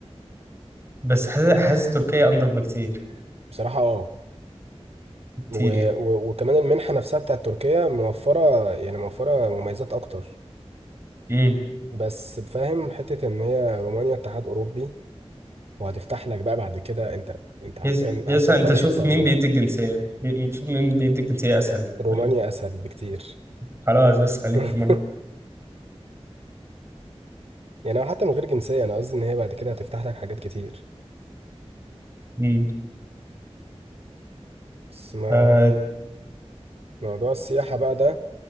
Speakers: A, on the right; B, on the right.
A: بس حاسس حاسس تركيا انضف بكتير
B: بصراحة اه
A: بكتير
B: و... و... وكمان المنحة نفسها بتاعت تركيا موفرة يعني موفرة مميزات اكتر
A: يعني
B: بس فاهم حتة ان هي رومانيا اتحاد اوروبي وهتفتح لك بقى بعد كده انت انت عارفين
A: يس يس
B: عايز تروح
A: انت
B: في اي
A: شوف
B: حتة هتروح
A: مين بيدي الجنسية مين- شوف مين بيدي الجنسية اسهل
B: رومانيا
A: يعني
B: اسهل بكتير
A: خلاص بس خليك
B: <laughs>
A: في المرة
B: يعني هو حتى من غير جنسية أنا قصدي إن هي بعد كده هتفتح لك حاجات كتير
A: امم
B: بس ما
A: ف
B: موضوع السياحة بقى ده